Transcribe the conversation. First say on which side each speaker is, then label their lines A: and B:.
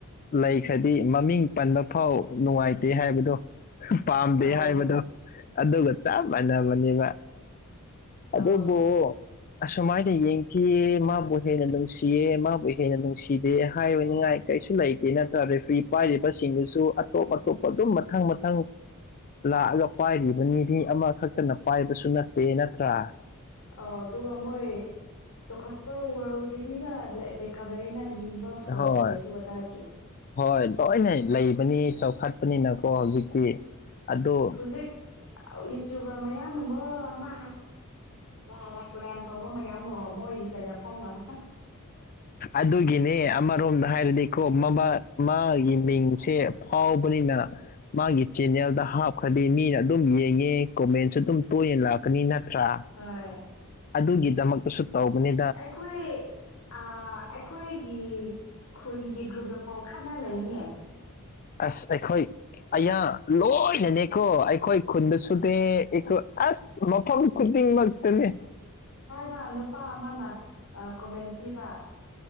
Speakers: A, on the left; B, on the left.
A: ꯂꯩꯈ꯭ꯔꯗꯤ ꯃꯃꯤꯡ ꯄꯟꯕ ꯐꯥꯎ ꯅꯨꯡꯉꯥꯏꯇꯦ ꯍꯥꯏꯕꯗꯣ ꯄꯥꯝꯗꯦ
B: ꯑꯧ
A: ꯍꯥꯏꯕꯗꯣ ꯑꯗꯨꯒ ꯆꯞ ꯃꯥꯟꯅꯕꯅꯦꯕ
B: ꯑꯧ
A: ꯑꯗꯨꯕꯨ ꯑꯁꯨꯃꯥꯏꯅ ꯌꯦꯡꯊꯤꯌꯦ ꯃꯥꯕꯨ ꯍꯦꯟꯅ ꯅꯨꯡꯁꯤꯌꯦ ꯃꯥꯕꯨ ꯍꯦꯟꯅ ꯅꯨꯡꯁꯤꯗꯦ ꯍꯥꯏꯔꯅꯤꯡꯉꯥꯏ ꯀꯩꯁꯨ ꯂꯩꯇꯦ ꯅꯠꯇ꯭ꯔ ꯔꯦꯐ꯭ꯔꯤ ꯄꯥꯏꯔꯤꯕꯁꯤꯡꯗꯨꯁꯨ ꯑꯇꯣꯞ ꯑꯇꯣꯞꯄ ꯑꯗꯨꯝ ꯃꯊꯪ ꯃꯊꯪ ꯂꯥꯛꯑꯒ ꯄꯥꯏꯔꯤꯕꯅꯤ ꯃꯤ ꯑꯃꯈꯛꯇꯅ ꯄꯥꯏꯕꯁꯨ ꯅꯠꯇꯦ ꯅꯠꯇ꯭ꯔꯥ
B: ꯑ ꯑꯗꯨꯒ ꯃꯣꯏ ꯆꯥꯎꯈꯠꯄ ꯋꯥꯔꯜꯒꯤꯗꯤꯅ ꯕꯦꯀꯞ ꯂꯩꯅ ꯌꯦꯡꯕ ꯐꯣꯜꯒꯤ
A: ꯍꯣꯏ
B: ꯑꯗꯨ ꯑꯗꯥꯒꯤ
A: ꯍꯣꯏ ꯂꯣꯏꯅ ꯂꯩꯕꯅꯤ ꯆꯥꯎꯈꯠꯄꯅꯤꯅꯀꯣ ꯍꯧꯖꯤꯛꯇꯤ ꯑꯗꯨ
B: ꯍꯨꯖꯤꯛ
A: <unintelligible>
B: ꯌꯨꯇ꯭ꯌꯨꯕꯔ ꯃꯌꯥꯝꯅ ꯑꯃ ꯑꯃ ꯀꯂꯦꯝ ꯇꯧꯕ ꯃꯌꯥꯝ ꯑꯃ ꯃꯣꯏꯒꯤ ꯆꯦꯅꯦꯜ ꯐꯥꯎꯅꯥꯕ
A: ꯑꯗꯨꯒꯤꯅꯦ ꯑꯃꯔꯣꯝꯗ ꯍꯥꯏꯔꯗꯤꯀꯣ ꯃꯕꯥ ꯃꯥꯒꯤ ꯃꯤꯡꯁꯦ ꯐꯥꯎꯕꯅꯤꯅ ꯃꯥꯒꯤ ꯆꯦꯅꯦꯜꯗ ꯍꯥꯞꯈ꯭ꯔꯗꯤ ꯃꯤꯅ ꯑꯗꯨꯝ ꯌꯦꯡꯉꯦ ꯀꯣꯃꯦꯟꯁꯨ ꯑꯗꯨꯝ ꯇꯣꯏꯅ ꯂꯥꯛꯀꯅꯤ ꯅꯠꯇ꯭ꯔꯥ
B: ꯍꯣꯏ
A: ꯑꯗꯨꯒꯤꯗꯃꯛꯇꯁꯨ ꯇꯧꯕꯅꯤ
B: ꯑꯩꯈꯣꯏ ꯑꯥ ꯑꯩꯈꯣꯏ ꯒꯤ ꯈꯨꯟꯒꯤ ꯒ꯭ꯔꯨꯞꯇꯐꯥꯎ ꯈꯠꯅꯥ ꯂꯩꯌꯦꯅꯦ
A: ꯑꯁ ꯑꯩꯈꯣꯏ ꯑꯌꯥ ꯂꯣꯏꯅꯅꯦꯀꯣ ꯑꯩꯈꯣꯏ ꯈꯨꯟꯗꯁꯨꯅꯦ ꯑꯩꯈꯣ ꯑꯁ ꯃꯐꯝ ꯈꯨꯗꯤꯡꯃꯛꯇꯅꯦ
B: ꯈꯥ ꯅꯨꯄꯥ ꯑꯃꯅ ꯑꯥ ꯀꯣꯃꯦꯟ ꯄꯤꯕ